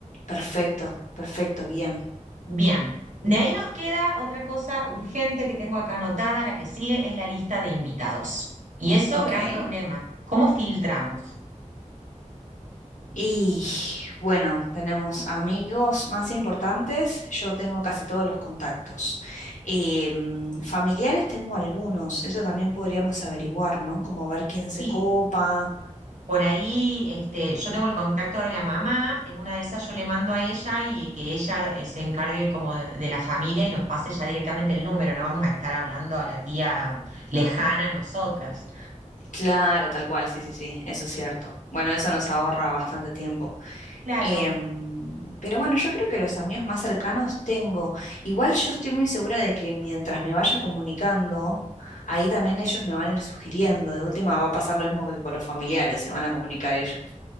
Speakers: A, on the left; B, on the right.
A: Perfecto, perfecto, bien.
B: Bien, de ahí nos queda otra cosa urgente que tengo acá anotada, la que sigue es la lista de invitados. Y eso,
A: Ok.
B: gran problema. ¿Cómo filtramos?
A: Y bueno, tenemos amigos más importantes. Yo tengo casi todos los contactos. Em, familiares tengo algunos. Eso también podríamos averiguar, ¿no? Como ver quién se
B: Sí.
A: copa
B: Por ahí, este, yo tengo el contacto de la mamá, en una de esas yo le mando a ella y que ella eh, se encargue como de, de la familia y nos pase ya directamente el número, no vamos a estar hablando a la tía lejana a nosotras.
A: Claro, tal cual, sí, sí, sí, eso es cierto. Bueno, eso nos ahorra bastante tiempo.
B: Claro,
A: Em, pero bueno, yo creo que los amigos más cercanos tengo. Igual yo estoy muy segura de que mientras me vaya comunicando, ahí también ellos me van a ir sugiriendo. De última va a pasar lo mismo que con los familiares, se van a comunicar ellos.